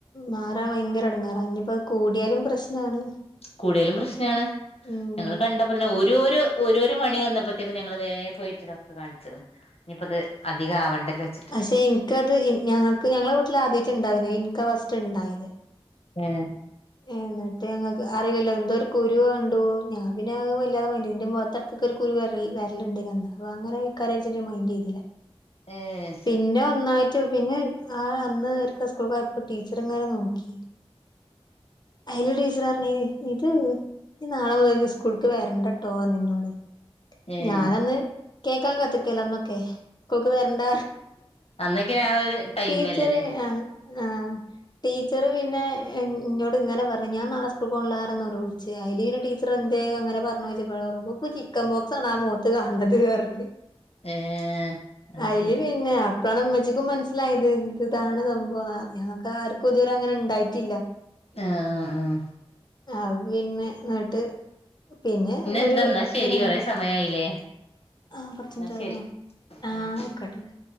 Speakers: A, on the left; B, on the left.
A: മാറാൻ ഭയങ്കര എടങ്ങേറാ. ഇനിയിപ്പ കൂടിയാലും പ്രശ്നാണ്.
B: കൂടിയാലും പ്രശ്നാണ്
A: ഉം
B: ഞങ്ങള് കണ്ടപ്പത്തന്നെ ഓരോരു ഒരോരു മണി വന്നപ്പോഴത്തേക്കും ഞങ്ങള് വേഗം പോയിട്ട് ഡോക്ടറെ കാണിച്ചേക്കണ് ഇനിയിപ്പ അത് അധിക ആവണ്ടല്ലോ വെച്ചിട്ട്
A: പക്ഷെ എനിക്കത് ഇന് ഞങ്ങക്ക് ഞങ്ങളെ വീട്ടിൽ ആദ്യ ആയ്ട്ടാ ഇണ്ടാവണെ എനിക്കാ ഫസ്റ്റ് ണ്ടായത്
B: ഏ
A: എന്നിട്ട് ഞങ്ങക്ക് അറിവില്ല എന്തോ ഒരു കുരു കണ്ടു ഞാൻ പിന്നെ വല്ലാതെ മൈൻ്റ് മുഖത്തെടക്കൊക്കെ ഒരു കു കുരു വര വരലുണ്ട് എന്താ. അപ്പൊ അങ്ങനെയ് ക്കാരെണിച്ചിട്ട് മൈൻഡ് ചെയ്തില്ല
B: ഏഹ്
A: പിന്നെ ഒന്നായി റ്റോ പിന്നെ ആ അന്ന് ഇവർക്ക് സ്കൂൾക്ക് പോയപ്പോ ടീച്ചർ ഇങ്ങനെ നോക്കി അയില് ഒരു ടീച്ചറ് പറഞ്ഞ് ഇത് ഇനി നാളെ മുതൽ സ്കൂളക്ക് വരണ്ടട്ടോ ഇന്നോട്
B: ഏഹ്
A: ഞാനന്ന് കേക്കാൻ കത്തിക്കേല അന്നൊക്കെ സ്കൂൾക്ക് വരണ്ട.
B: അന്നൊക്കെ ആ ഒരു ടൈമല്ലല്ലേ
A: ടീച്ചർ ആ ആ ടീച്ചറ് പിന്നെ ന്നെ ഇന്നോട് ഇങ്ങനെ പറഞ്ഞ് ഞാൻ നാളെ സ്കൂൾക്കോണ്ല്ലാന്ന് പറഞ്ഞ് നൊലോള്ച്ച്. അയ്ൽ പിന്നെ ടീച്ചർ എന്തേ അങ്ങനെ പറഞ്ഞോയ്ച്ചപ്പൊ അവർക്കു. ചിക്കൻ ബോക്സാണ് ആ മുഖത്ത് കാണ്ണത് അറഞ്ഞ്
B: ഏഹ് അഹ്
A: അയ്ല്
B: ശരി
A: പിന്നെ. ഇപ്പളാണ് ഇമ്മച്ചിക്കും മനസ്സിലായത് ഇത് താണ് സംഭവം ഞങ്ങൾക്ക് ആർക്കും ഇതുവരെ അങ്ങനെ ഇണ്ടായിട്ടില്ല.
B: ആഹ ആ ആഹ.
A: ആ പിന്നെ ന്നട്ട് പിന്നെ ഒരു
B: എന്താ ന്നാ ശരി
A: രൺണ്ട്
B: കൊറെ സമയായില്ലേ
A: ആ കുറച്ചയ്ഞ്ഞ്ട്ട്
B: ന്നാ
A: കയ്യും
B: ശരി
A: ആഹ
B: ഉം
A: ആയിക്കോട്ടെന്നാൽ.